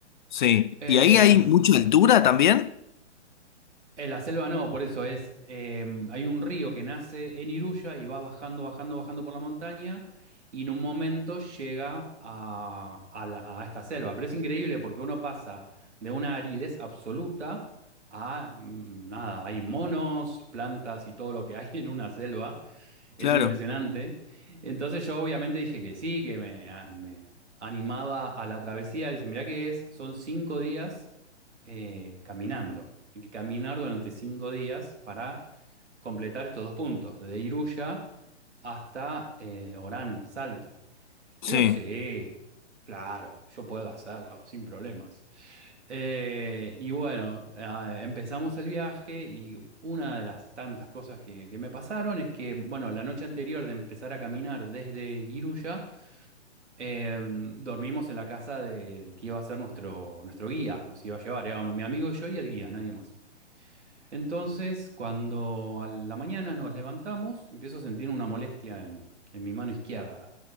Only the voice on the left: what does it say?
sí.
¿Y ahí hay mucha altura también?
Claro,
sí,